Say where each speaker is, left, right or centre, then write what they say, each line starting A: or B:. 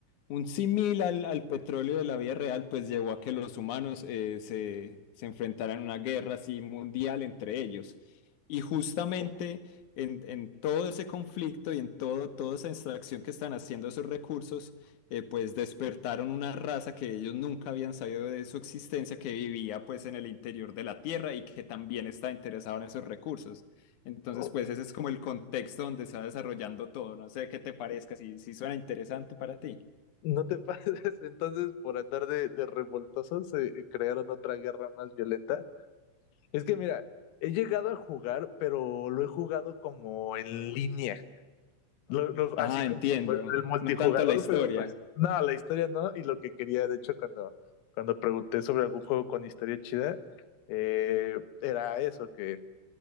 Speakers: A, on the left (about 60°); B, on the left (about 85°).
A: un símil al, al petróleo de la vida real, pues llevó a que los humanos eh, se, se enfrentaran a una guerra así mundial entre ellos. Y justamente
B: O-
A: en, en todo ese conflicto y en todo, toda esa extracción que están haciendo esos recursos, eh, pues despertaron una raza que ellos nunca habían sabido de su existencia, que vivía pues en el interior de la Tierra y que también está interesado en esos recursos. Entonces,
B: o-
A: pues ese es como el contexto donde se va desarrollando todo. No sé qué te parezca, si, si suena interesante para ti.
B: No te pases, <laughs> entonces por andar de, de revoltosos eh, crearon otra guerra más violenta. Es que mira, he llegado a jugar, pero lo he jugado como en línea. Lo- lo-
A: Ah,
B: así como
A: entiendo.
B: pues, el multijugador,
A: No tanto la historia.
B: pero pues no, la historia no. Y lo que quería, de hecho, cuando, cuando pregunté sobre algún juego con historia chida, eh, era eso, que,